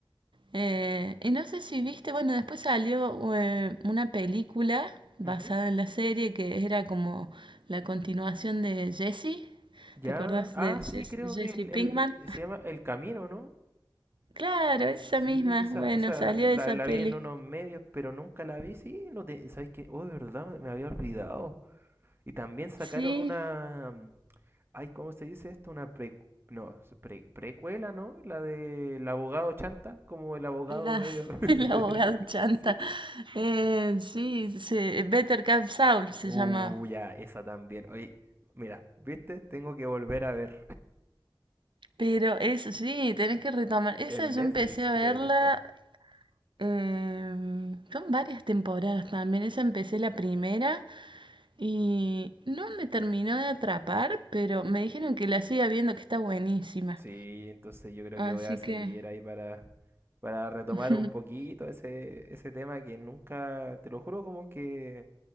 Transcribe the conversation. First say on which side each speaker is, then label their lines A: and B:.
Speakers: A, on the right; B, on the right.
A: Eh, y no sé si viste, bueno, después salió eh, una película basada
B: Ujú.
A: en la serie que era como la continuación de Jessie.
B: Ya,
A: ¿Te acordás
B: ah,
A: de Jess-
B: sí, creo
A: Jesse
B: que el,
A: Pinkman?
B: el, se llama El Camino, ¿no?
A: Claro, esa
B: Sí,
A: misma.
B: esa,
A: Bueno,
B: esa
A: salió
B: la,
A: de esa
B: la
A: peli.
B: vi en unos medios, pero nunca la vi. Sí, no te, ¿sabes qué? Oh, de verdad, me, me había olvidado. Y también sacaron
A: Sí,
B: una, mm, ay, ¿cómo se dice esto? Una pre, no, es pre- precuela, ¿no? La del abogado Chanta, como el abogado
A: la,
B: medio.
A: <laughs>
B: <laughs>
A: el abogado chanta.
B: Sí.
A: Eh, sí, se- Better Call Saul se
B: Uh,
A: llama.
B: ya, esa también. Oye, mira, ¿viste? Tengo que volver a ver.
A: Pero eso sí, tenés que retomar. Esa
B: En
A: yo
B: Netflix
A: empecé a
B: creo
A: verla.
B: que está.
A: em, son varias temporadas también. Esa empecé la primera y no me terminó de atrapar, pero me dijeron que la siga viendo, que está buenísima.
B: Sí, entonces yo creo
A: Así
B: que voy a seguir
A: que,
B: ahí para, para retomar
A: <laughs>
B: un poquito ese, ese tema que nunca, te lo juro, como que,